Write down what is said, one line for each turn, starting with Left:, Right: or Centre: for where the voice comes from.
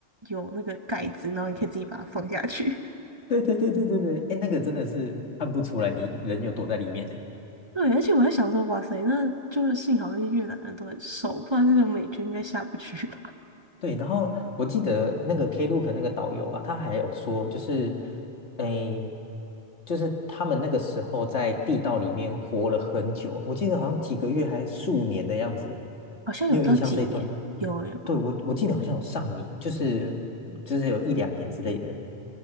Right: 有那个盖子，然后你可以自己把它放下去。<laughs>
Left: 对对对对对对，哎，那个真的是看不出来你人有躲在里面呢。
Right: 对，而且我在想说，哇塞，那就是幸好那些越南人都很瘦，不然那种美军应该下不去吧？
Left: 对，然后我记得那个 Klook 那个导游啊，他还有说，就是，诶，就是他们那个时候在地道里面活了很久，我记得好像几个月还数年的样子，
Right: <laughs> 好像有到几年，
Left: 你有印象这一段吗？
Right: 有有，
Left: 对，我我记得好像有上年，就是就是有一两年之类的，